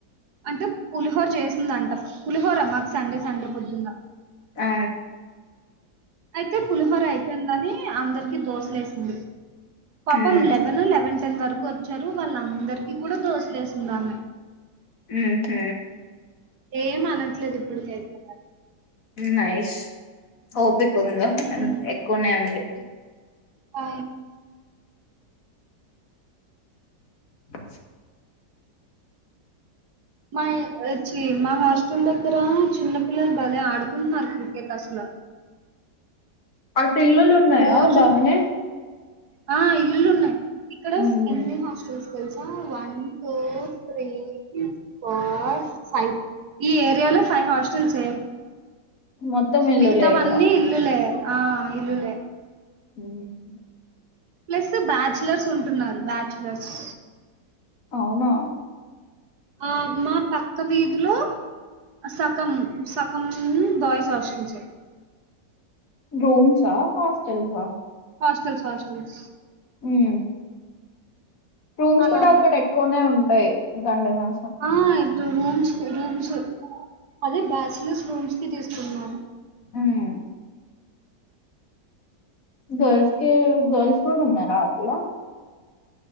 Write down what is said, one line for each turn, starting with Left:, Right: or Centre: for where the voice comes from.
Right: అంటే పులిహోర జేసిందంట పులిహోరా మాకు సండే సండే పొద్దున
Left: ఆ
Right: అయితే పులిహోర అయిపేయిందని అందరికి దోసలేసింది పాపం
Left: ఉమ్
Right: లెవెన్ లెవెన్ టెన్ వరకు వచ్చారు వాళ్ళ అందరికి కూడా దోసలేసింది ఆమె
Left: ఉహుమ్
Right: ఏం అనట్లేదు ఇప్పుటికైతే మరి
Left: నైస్ ఓపిక ఉందా
Right: హ్మ్.
Left: ఆ ఎక్కువనే ఉంది
Right: ఆ
Left: <inaudible>
Right: మా యచ్చి మా హాస్టల్ దగ్గర చిన్న పిల్లలు భలే ఆడుకుంటున్నారు క్రికెట్ అసల <inaudible>
Left: అటు ఇల్లులు ఉన్నాయా
Right: రోజు
Left: బాగానే
Right: ఆ ఇల్లులు ఉన్నయ్ ఇక్కడ
Left: ఉమ్
Right: ఎన్ని హాస్టల్స్ తెల్సా one two three four five ఈ ఏరియాలో ఫైవ్ హాస్టల్సే
Left: మొత్తం ఇల్లులే
Right: మిగతావన్నీ
Left: ఇంగా
Right: ఇల్లులే ఆ ఇల్లులే
Left: ఉమ్
Right: ప్లస్ బ్యాచలర్స్ ఉంటున్నారు బ్యాచలర్స్
Left: అవునా
Right: ఆ మా పక్క వీధిలో సక్ గం సకం బాయ్స్ హాస్టల్స్
Left: రూమ్స్ ఆ హాస్టల్స్ ఆ
Right: హాస్టల్స్ హాస్టల్స్
Left: ఉమ్ రూమ్స్
Right: అలా
Left: కూడా అక్కడ ఎక్కువనే ఉంటాయి దండిగా
Right: ఆహ్ ఐదు రూమ్స్ రూమ్స్ అదే బ్యాచలర్స్ రూమ్స్ కి తీసుకున్నారు
Left: ఉమ్ గర్ల్స్ కే గర్ల్స్ కూడా ఉన్నారా అట్లా